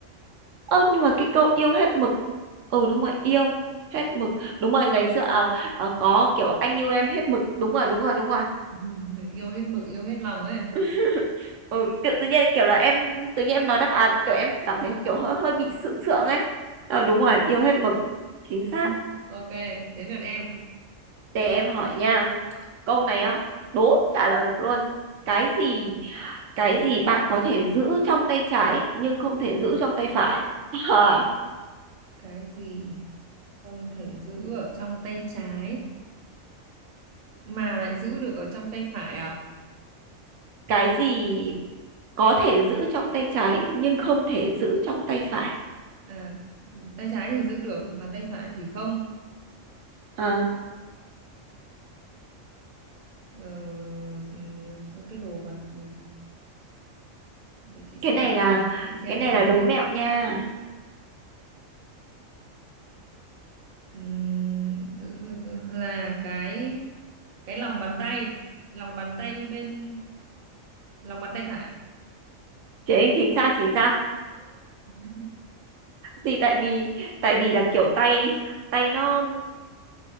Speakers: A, on the right; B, on the right.
A: ơ nhưng mà cái câu yêu hết mực ừ đúng rồi yêu hết mực đúng rồi ngày xưa à, à, có kiểu anh yêu em hết mực đúng rồi đúng rồi đúng rồi
B: <laughs> yêu hết mực yêu hết lòng ấy
A: <laughs> ừ, tự, tự nhiên kiểu là em tự nhiên em nói đáp án kiểu em cảm thấy kiểu hơi hơi bị sượng sượng ấy ờ đúng rồi yêu hết mực chính xác
B: <laughs> ok đến lượt em
A: Để em hỏi nha. Câu này á, đố trả lời được luôn. Cái gì, cái gì bạn có thể giữ trong tay trái nhưng không thể giữ trong tay phải? <laughs> À,
B: cái gì không thể giữ ở trong tay trái mà lại giữ được ở trong tay phải à
A: cái gì có thể giữ trong tay trái nhưng không thể giữ trong tay phải?
B: à tay trái thì giữ được mà tay phải thì không
A: À,
B: ờ, ừm, cái đồ vật ừm, để chị xem
A: cái này
B: cái
A: là
B: bàn chị xem
A: cái này
B: cái bàn
A: là đố
B: tay
A: mẹo nha.
B: Ừm, giữ được giữ- là cái cái lòng bàn tay lòng bàn tay bên lòng bàn tay phải
A: Chính chính xác chính xác.
B: <laughs>
A: Thì tại vì tại vì là kiểu tay tay nó